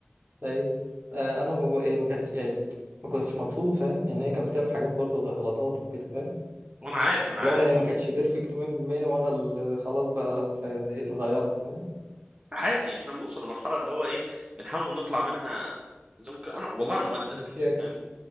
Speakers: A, on the right (about 50°); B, on the right (about 25°).
A: ده. إيه آه أنا ما- إيه ما كانتش يعني ما كنتش مبسوط فاهم يعني هي كانت بتعمل حاجات برضه غلطات وكده
B: وانا عارف ما انا
A: اللي
B: عارف
A: هو هي
B: هم
A: ما كانتش بيرفكت 100% وانا اللي خلاص بقى لا زهقت نغيرها فاهم
B: عادي احنا بنوصل لمرحله اللي هو ايه بنحاول نطلع منها زي ما كنا- انا والله انا مؤدب
A: بتشاكل
B: فاهم